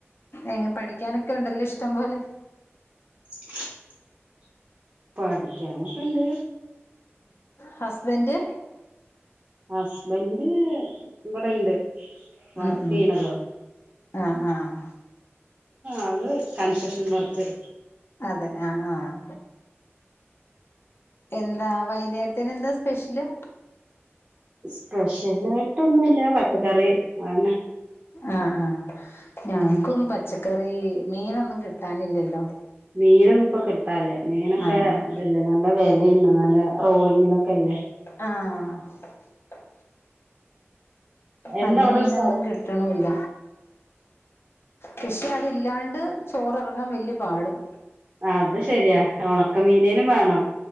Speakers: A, on the left; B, on the right.
A: എങ്ങ പഠിക്കാനൊക്കെ ഉണ്ടല്ലോ ഇഷ്ടംപോലെ
B: <unintelligible> പഠിക്കാനൊക്കെ ഇണ്ട്
A: ഹസ്ബൻഡ്
B: ഹസ്ബൻഡ് ഇവിടൊണ്ട് വർക്ക്
A: ഉം ഉം
B: ചെയ്യണതോ
A: ആഹ് ആഹ്
B: ആള് കൺസ്ട്രക്ഷൻ വർക്ക്
A: അതെ ആഹ് ആഹ് എന്താ വൈകുന്നേരത്തിന് എന്താ സ്പെഷ്യല്
B: സ്പെഷ്യൽ ആയിട്ടൊന്നുമില്ല പച്ചക്കറി അതന്നെ
A: ആഹ് ആഹ് ഞങ്ങക്കും
B: ഉം
A: പച്ച ക്കറി മീനൊന്നും കിട്ടാനില്ലല്ലോ
B: മീനൊന്നും ഇപ്പോ കിട്ടാനില്ല മീനൊക്കെ
A: ആഹ്
B: ഇതല്ലേ നല്ല വെ ലയുണ്ട് നല്ല റോളിങ്ങിലൊക്കെ അല്ലേ
A: ആഹ്
B: എന്താ
A: നല്ല
B: അവിടെ
A: മീനൊന്നും
B: ഒരു സൗ
A: കിട്ടണൂല്ല പക്ഷെ അതില്ലാണ്ട് ചോറെറങ്ങാൻ വല്ല്യ പാടും
B: അത് ശരിയാ ഒണക്കമീനേനും വേണം